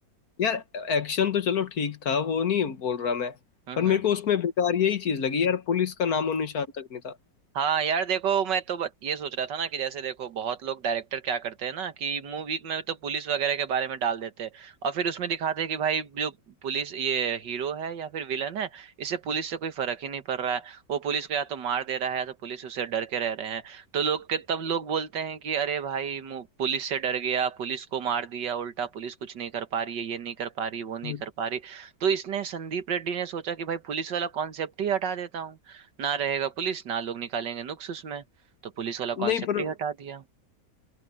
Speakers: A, on the left; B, on the right.
A: यार एक्शन तो चलो ठीक था वो नहीं बोल रहा मैं
B: हम्म
A: पर
B: हम्म।
A: मेरे को उसमें बेकार यही चीज लगी यार पुलिस का नामो निशान तक नहीं था
B: हाँ यार देखो मैं तो ब- ये सोच रहा था ना कि जैसे देखो बहुत लोग डायरेक्टर क्या करते हैं ना कि मूवी में तो पुलिस वगैरह के बारे में डाल देते हैं और फिर उसमें दिखाते हैं कि भाई जो पुलिस ये हीरो है या फिर विलन है इससे पुलिस से कोई फर्क ही नहीं पड़ रहा है वो पुलिस को या तो मार दे रहा है या तो पुलिस उससे डर के रह रहे हैं तो लोग के तब लोग बोलते हैं कि अरे भाई मु- पुलिस से डर गया पुलिस को मार दिया उल्टा पुलिस कुछ नहीं कर पा रही है ये नहीं कर पा रही वो नहीं
A: हम्म।
B: कर पा रही तो इसने संदीप रेड्डी ने सोचा कि भाई पुलिस वाला कॉन्सेप्ट ही हटा देता हूँ ना रहेगा पुलिस ना लोग निकालेंगे नुक्स उसमें तो पुलिस वाला कॉन्सेप्ट
A: नहीं पर
B: ही हटा दिया